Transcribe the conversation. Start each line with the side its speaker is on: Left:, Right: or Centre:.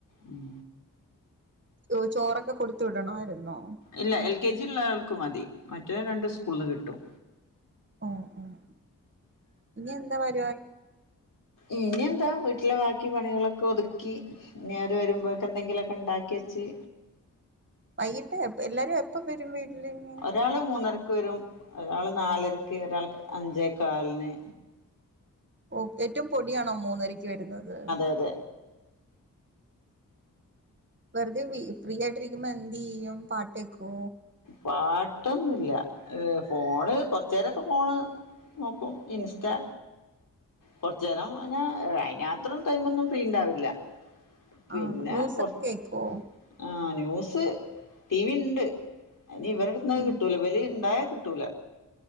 Left: ഉം
Right: ദോ ചോറൊക്കെ കൊടുത്ത് വിടണവായിര്ന്നോ?
Left: ഇല്ല എൽ കെ ജിള്ളാൾക്ക് മതി, മറ്റേ രണ്ട് സ്കൂൾന്ന് കിട്ടും.
Right: ഓഹ് ഓഹ്ഉം, ഇനിയെന്താ പരിപാ
Left: ഇനിയന്താ വീട്ടിലെ വാക്കി പണികളൊക്കെ ഒതുക്കി. ഞിവര് വരുമ്പോക്കെന്തെങ്കിലൊക്കെണ്ടാക്കിയെച്ച്.
Right: വൈയിട്ട് എപ് എല്ലാരും എപ്പം വരും വീട്ടിലിനി?
Left: ഒരാള് മൂന്നരക്ക് വരും. ഒരാള് നാലരക്ക്, ഒരാൾക്ക് അഞ്ചേ കാലിന്
Right: ഓ ഏറ്റൊം പൊടിയാണോ മൂന്നരക്ക് വരുന്നത്.
Left: അതേ
Right: വെറുതെ വി ഫ്രീയായിട്ടിരിക്കുമ്പ എന്തെയ്യും പാട്ട് കേക്കോ.
Left: പാട്ടൊന്നുല്ല. ഫോണ് കൊറച്ചേരൊക്കെ ഫോണ് നോക്കും ഇൻസ്റ്റാ കൊറച്ചേരം ന്നെ അയ്നാത്രം ടൈമൊന്നും ഫ്രീണ്ടാവില്ല. പിന്നെ
Right: ആണോ ന്യൂസൊക്കെ
Left: കൊറച്ച്
Right: കേക്കോ
Left: ആ ന്യൂസ് ടി വിണ്ട്. ഇനി ഇവരെടുത്തുന്നത്
Right: ഉം
Left: കിട്ടൂല ഇവല്ണ്ടായാ കിട്ടൂല